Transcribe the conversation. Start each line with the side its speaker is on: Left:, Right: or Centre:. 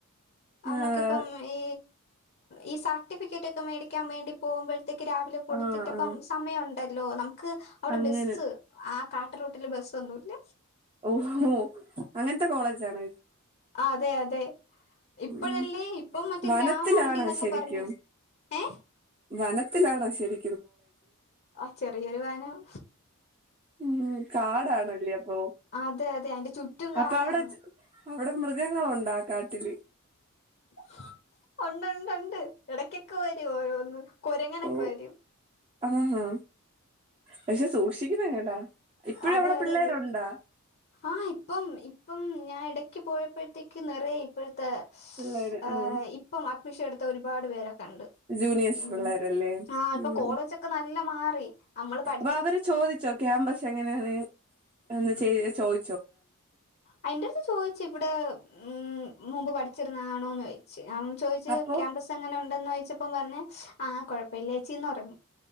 Left: നമ്മക്കിപ്പം
Right: ആഹ്
Left: ഈ.. ഈ.. സർട്ടിഫിക്കറ്റ്- ഒക്കെ മേടിക്കാൻ വേണ്ടി പോകുമ്പോഴ- ത്തക്ക് രാവിലെ
Right: ആഹ്
Left: കൊടുത്തിട്ടപ്പം-
Right: ആഹ്
Left: സമയം ഉണ്ടല്ലോ നമുക്ക് അവിടെ
Right: അങ്ങനെ
Left: ബസ്, ആ... <unintelligible> റൂട്ടില് ബസ്ഒന്നുല്ല.
Right: ഓ.. ഓ.. അങ്ങനത്തെ കോളേജ് ആണോ?
Left: അതെ.. അതെ. ഇപ്പഴല്ലേ
Right: ഉം
Left: ഇപ്പം മറ്റേ
Right: വനത്തിലാണോ
Left: ഗ്രാമം ഉണ്ടീന്നൊക്കെ
Right: ശരിക്കും
Left: പറഞ്ഞേ, ഏ.. !
Right: വനത്തിലാണോ ശരി.
Left: ആ.. ചെറിയ ഒരു വനം.
Right: ഉം.. കാടാണല്ലേ അപ്പോ
Left: അതെ അതെ അയിന്റെ ചുറ്റും കാടാണ്
Right: അപ്പോ അവിടെ- മൃഗങ്ങളുണ്ട കാട്ടില്?
Left: ഉണ്ട്... ഉണ്ട് ഒന് ഉണ്ട് ഇടക്കൊക്കെ- വരും ഓരോന്ന്. കൊരങ്ങനൊക്കെ
Right: ഓ
Left: വരും.
Right: ആഹാ പക്ഷെ സൂക്ഷിക്കണം കേട്ടാ ഇപ്പഴും
Left: അതെ...
Right: അവിടെ
Left: അതെ...
Right: പിള്ളേരുണ്ടാ
Left: ആ ഇപ്പം- പ്പം ഞാ ഇടയ്ക്ക് പോയപ്പോഴത്തേക്ക് നിറയ ഇപ്പോഴത്തെ
Right: പിള്ളേര്
Left: ആ
Right: ആഹ്
Left: ഇപ്പം വിഷെടുത്ത ഒരുപാട് പേരക്ക കണ്ട്
Right: ജൂനിയേഴ്സ്
Left: മ്..
Right: പിള്ളേരല്ലേ
Left: ആ ഇപ്പൊ
Right: ഉം
Left: കോളേജൊക്കെ നല്ല മാറി അമ്മൾ പട്-
Right: പ്പ അവര് ചോദിച്ചോ ക്യാമ്പസ് എങ്ങനെയാണ്ന്ന് ഒന്ന് ചെയ് ചോദ
Left: അയിൻ്റട്ത്ത് ചോയ്ച്ച് ഇവിടെ ഉം.. മുമ്പ് പഠിച്ചിരുന്നാണോന്ന് ചയിിച്ചു ൻ ചോദിച്ചു
Right: അപ്പൊ
Left: ക്യാമ്പസ് എങ്ങനെ ഉണ്ടന്ന് വായിച്ചപ്പം പറഞ്ഞഞ് ആഹ കൊഴപ്പില്ലേച്ചീന്നൊറങ്ങി.